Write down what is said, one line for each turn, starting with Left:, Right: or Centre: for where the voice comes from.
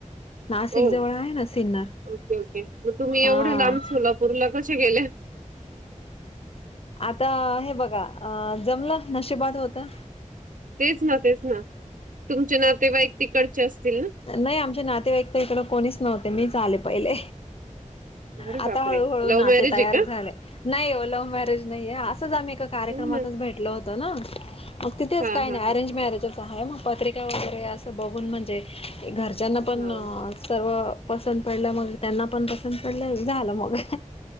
Left: नाशिक
Right: ओ
Left: जवळ
Right: okay
Left: आहे ना सिन्नर.
Right: Okay! मग तुम्ही
Left: हा
Right: एवढ्या लांब सोला पुरला कसे गेल्या?
Left: आता हे बघा जमलं नशिबात होतं.
Right: तेच ना तेच ना तुमचे नातेवाईक तिकडचे असतील ना?
Left: नाही आमचे नातेवाईक तर इकडं कोणीच नव्हते मीच आले पहिले.
Right: अरे
Left: आता
Right: बापरे!
Left: हळूहळू
Right: लव्ह
Left: नाते
Right: मॅरेज
Left: तयार
Right: आहे का?
Left: झाले. नाही ओ लव्ह मॅरेज नाहीय असंच आम्ही एका कार्यक्रमातच
Right: हो ना.
Left: भेटल होतं ना. मग तिथेच
Right: हां,
Left: काही
Right: हां,
Left: नाही
Right: हां.
Left: अरेंज मॅरेजच आहे मग पत्रिका वगैरे असं बघून म्हणजे घरच्यांना पण
Right: हां.
Left: सर्व पसंत पडलं, मग त्यांना पण पसंत पडलं, झालं मग.